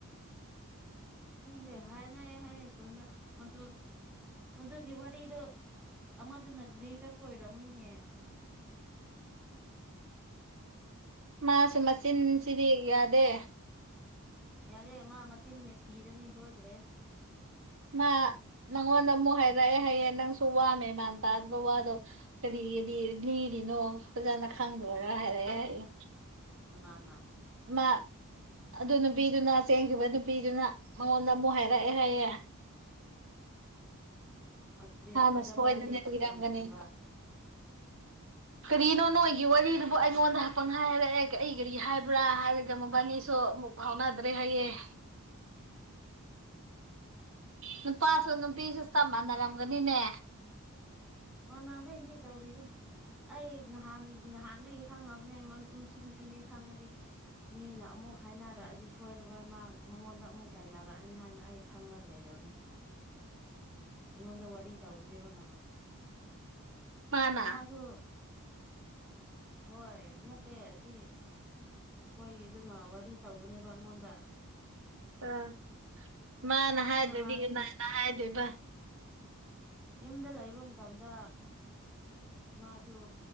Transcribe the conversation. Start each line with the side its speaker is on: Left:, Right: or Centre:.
Centre: ꯅꯪꯗꯦ ꯍꯥꯏꯅ ꯍꯥꯏꯦ ꯈꯨꯟꯗ ꯃꯗꯨ ꯃꯗꯨꯒꯤ ꯋꯥꯔꯤꯗꯣ ꯑꯃꯗꯨꯅ ꯂꯤꯔ ꯀꯣꯏꯔꯝꯃꯅꯤꯅꯦ
Right: ꯃꯥꯁꯨ ꯃꯆꯤꯟꯁꯤꯗꯤ ꯌꯥꯗꯦ
Centre: ꯌꯥꯔꯦ ꯃꯥ ꯃꯆꯤꯟꯅ ꯁꯤꯔꯅꯤ ꯁꯣꯏꯈ꯭ꯔꯦ
Right: ꯃꯥ ꯃꯉꯣꯟꯗ ꯑꯃꯨꯛ ꯍꯥꯏꯔꯛꯑꯦ ꯍꯥꯏꯌꯦꯡ ꯅꯪꯁꯨ ꯋꯥꯃꯦ ꯃꯥꯥꯟ ꯇꯥꯗꯕ ꯋꯥꯗꯣ ꯀꯔꯤꯒꯤꯗꯤ ꯂꯤꯔꯤꯅꯣ ꯐꯖꯅ ꯈꯪꯗ꯭ꯔꯒ ꯍꯥꯏꯔꯛꯑꯦ ꯍꯥꯏꯨ
Centre: ꯅꯥꯅꯥ
Right: ꯃꯥ ꯑꯗꯨ ꯅꯨꯄꯤꯗꯨꯅ ꯆꯦꯟꯈꯤꯕ ꯅꯨꯄꯤꯗꯨꯅ ꯃꯉꯣꯟꯗ ꯑꯃꯨꯛ ꯍꯥꯏꯔꯛꯑꯦ ꯍꯥꯏꯌꯦꯦ
Centre: ꯑꯗꯨꯗꯤ
Right: ꯑ ꯅꯁꯨ
Centre: ꯑꯗ
Right: ꯍꯣꯏꯗꯦ
Centre: ꯃꯥꯗꯤ
Right: ꯇꯤꯔꯒꯅꯤ
Centre: ꯀꯔꯤ ꯈꯨꯝꯕ
Right: ꯀꯔꯤꯅꯣ ꯅꯣꯏꯒꯤ ꯋꯥꯔꯤꯗꯨꯕꯨ ꯑꯩꯉꯣꯟꯗ ꯍꯥꯄꯪ ꯍꯥꯏꯔꯛꯑꯦ ꯑꯩ ꯀꯔꯤ ꯍꯥꯏꯕ꯭ꯔꯥ ꯍꯥꯏꯔꯒ ꯃꯕꯥꯅꯤꯁꯨ ꯐꯥꯎꯅꯥꯗ꯭ꯔꯦ ꯍꯥꯏꯌꯦꯦ ꯅꯨꯄꯥꯁꯨ ꯅꯨꯄꯤꯁꯨ ꯇꯝꯃꯅꯔꯝꯒꯅꯤꯅꯦ
Centre: ꯃꯥꯅꯥꯕꯩ ꯅ ꯇꯧꯔꯤꯗꯨ ꯑꯩ ꯅꯍꯥꯟ ꯅꯍꯥꯟꯗꯒꯤ ꯈꯪꯉꯕꯅꯦ ꯃꯁꯤ ꯅꯨꯄꯤꯁꯤ ꯈꯪꯉꯗꯤ ꯃꯤꯅ ꯑꯃꯨꯛ ꯍꯥꯏꯅꯔꯛꯑꯗꯤ ꯁꯣꯏꯔꯔꯣꯏ ꯃꯥ ꯃꯉꯣꯟꯗ ꯑꯃꯨꯛ ꯇꯥꯏꯅꯔꯛꯑꯅꯤ ꯍꯥꯏꯅ ꯑꯩ ꯈꯪꯂꯒ ꯂꯩꯔꯕꯅꯤ ꯑꯩꯉꯣꯟꯗ ꯋꯥꯔꯤ ꯇꯧꯕꯅꯦꯕ ꯉꯥꯏꯍꯥꯟ
Right: ꯃꯥꯅ
Centre: ꯃꯥꯁꯨ ꯍꯣꯏ ꯅꯠꯇꯦ ꯑꯁꯤ ꯑꯩꯈꯣꯏꯒꯤꯗꯨꯅ ꯋꯥꯔꯤ ꯇꯧꯕꯅꯦꯕ ꯑꯩꯉꯣꯟꯗ
Right: ꯑꯥ ꯃꯥꯅ ꯍꯥꯏꯗꯗꯤꯅꯥꯅ
Centre: ꯅꯍꯥꯟ
Right: ꯍꯥꯏꯗꯣꯏꯕ
Centre: ꯌꯨꯝꯗ ꯂꯩꯕ ꯃꯇꯝꯗ ꯃꯥꯁꯨ